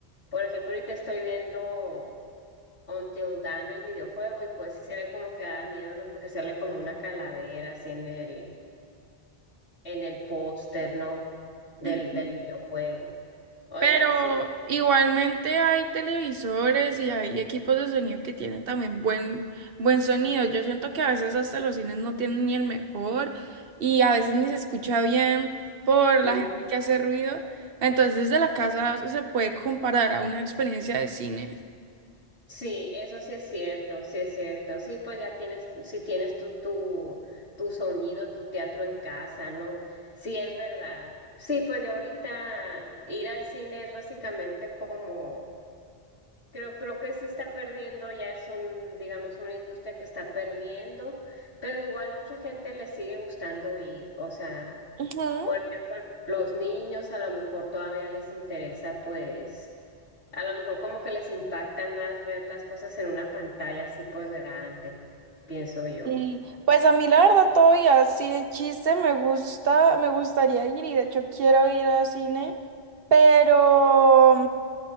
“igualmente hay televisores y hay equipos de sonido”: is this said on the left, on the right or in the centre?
Right